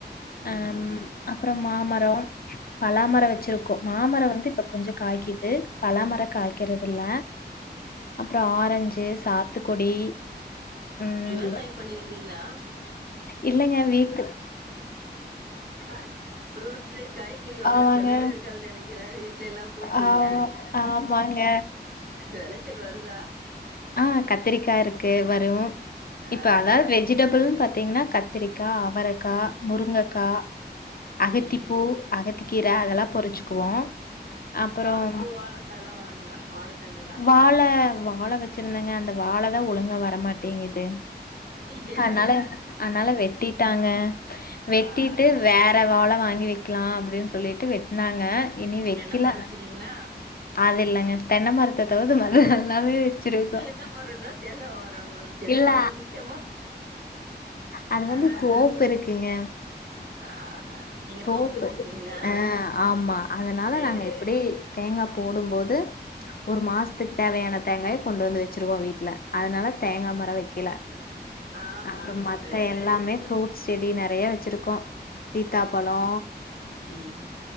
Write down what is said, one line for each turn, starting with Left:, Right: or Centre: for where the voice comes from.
Left: ஹம்
Right: ம்
Left: அப்பறோ மாமரோ பலா மரோ
Right: ம்
Left: வச்சிருக்கோ மாமரோ வந்து இப்ப கொஞ்சொ காய்க்குது பலாமரோ காய்க்கறது இல்ல அப்பறோ ஆரஞ்சு சாத்துக்குடி ம்
Right: விவசாயம் பண்ணிருக்கிறீங்களா
Left: இல்லங்க வீட்டு
Right: அ ஃப்ரூட்ஸ்ஸு காய்கறி வாங்குற
Left: ஆமாங்க
Right: செலவே இருக்காது நெனைக்கிறே வீட்லெல்லா க்கு போட்டீங்க
Left: ஆ ஆமாங்க
Right: வெளச்சல் வருதா
Left: ஆ கத்திரிக்கா இருக்கு வரு இப்ப
Right: ஆ
Left: அதாவ்து வெ ஜிடபிள்னு பாத்தீங்கன்னா கத்திரிக்கா அவரைக்கா முருங்கக்கா அகத்திபூ
Right: ம்
Left: அகத்திகீர அதெல்லா பொறிச்சிக்குவோ அப்புறம்
Right: வாழப்பூ வாழக்கால்லா வருங்களா வாழத்தண்டுலா
Left: வாழ வாழ வச் ச்சிருந்தேங்க அந்த வாழ தா ஒழுங்கா வரமாட்டேங்குது
Right: ஏ
Left: அன்னால அன்னால வெட்டிடாங்க வெட்டிட்டு
Right: ஆஹ
Left: வேற வாழ வாங்கி வெக் க்கெலா அப்டின்னு சொல்லிட்டு வெட்னாங்க இனி வெக்கெல
Right: தென்ன மரோ வச்சிருக்கீங்களா
Left: அது இல்லங்க தென்ன மரத்த தவித்து மது எல்லாமே வெக் க்கிறதுக்
Right: தென்ன மரோந்தா தேங்கா வரு உங்களுக்கு
Left: இல்ல
Right: அது முக்கியமா
Left: அது வந்து
Right: ஆ
Left: தோப்பு இருக்குங்க
Right: ஆஹ நீங்க
Left: தோப்பு
Right: வச்சிருக்கீங்களா
Left: ஆ ஆமா அதனால
Right: சேரி
Left: நாங்க
Right: சேரி
Left: ஈ தேங்கா போடும்போது ஒரு மாசத்க்கு தேவையான தேங்காய கொண்டு வந்து வச்சிருவோ வீட்ல அதனால தேங்கா மரோ வெக்கெல
Right: ஆஹா
Left: அப்றோ மத்த
Right: சேரி
Left: எல்லாமே
Right: சேரி
Left: ப்ரூட்ஸ் செடி நெறைய வச்ருக்கோ சீத்தாபழோ
Right: ம்